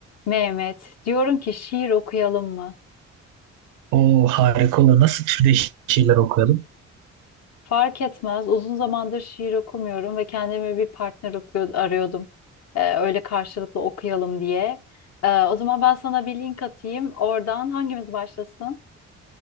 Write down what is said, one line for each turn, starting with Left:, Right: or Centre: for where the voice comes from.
Left: Mehmet, diyorum ki şiir okuyalım mı?
Right: O harika olur. Nasıl türde ş- şeyler okuyalım?
Left: Fark etmez. Uzun zamandır şiir okumuyorum ve kendime bir partner okuyor, arıyordum. Ee, öyle karşılıklı okuyalım diye. Ee, o zaman ben sana bir link atayım. Oradan hangimiz başlasın?